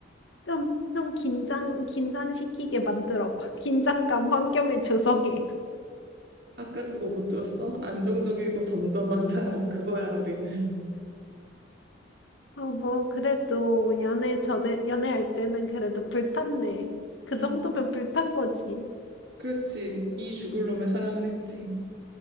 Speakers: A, on the left (about 75°); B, on the right (about 55°).
A: 좀, 좀 긴장, 긴장시키게 만들어 봐. 긴장감 환경을 조성해.
B: 아까 그거 못 들었어? 안정적이고 덤덤한 사랑, 그거야, 우리는.
A: 어, 뭐, 그래도 연애 전에, 연애할 때는 그래도 불탔네. 그
B: 음,
A: 정도면 불탄 거지.
B: 그렇지. 이 죽을 놈의 사랑을 했지.